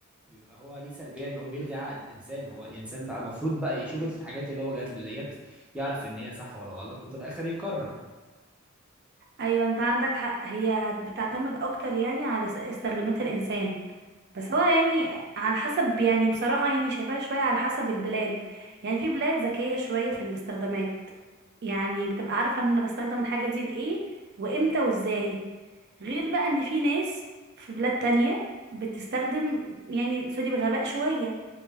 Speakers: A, in the centre; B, on the right.
A: بيبقى هو ليه سلبية ان هو بيلغي عقل الانسان هو الانسان بقى المفروض بقى يشوف الحاجات اللي هو جات له ديت يعرف ان هي صح ولا غلط وفي الاخر يقرر
B: ايوه انت عندك حق هي هت- بتعتمد اكتر يعني على س- استخدامات الانسان بس هو يعني على حسب يعني بصراحة يعني شايفاها شوية على حسب البلاد يعني في بلاد ذكية شوية في الاستخدامات يعني بتبقى عارفة ان انا بستخدم الحاجة دي لإيه وامتى وازاي غير بقى ان في ناس في بلاد تانية بتستخدم يعني سوري بغباء شوية